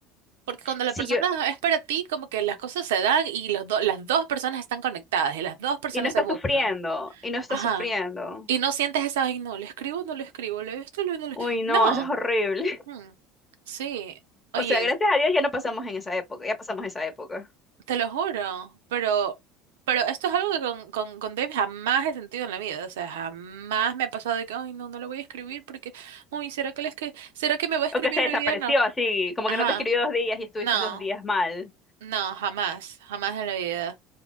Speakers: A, on the right; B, on the left.
A: Porque cuando la
B: Sí,
A: persona
B: yo,
A: <laughs> es para ti, como que las cosas se dan y los do- las dos personas están conectadas y las dos personas
B: y no está
A: se buscan.
B: sufriendo, y no está
A: Ajá.
B: sufriendo.
A: Y no sientes esa, ay, no, le escribo, no le escribo, le esto, le, no le-".
B: Uy, no,
A: No.
B: eso es horrible.
A: Mm.
B: <laughs>
A: Sí. Oye,
B: O sea, gracias a Dios ya no pasamos en esa época, ya pasamos esa época.
A: te lo juro, pero, pero esto es algo que con, con, con Dave jamás he sentido en la vida. O sea, jamás me ha pasado de que, ay, no, no le voy a escribir porque, uy, ¿será que, les que ¿será que me va a escribir
B: O que se desapareció
A: hoy día? No.
B: así, como
A: Ajá.
B: que no te escribió dos días y estuviste
A: No.
B: dos días mal.
A: No, jamás. Jamás en la vida.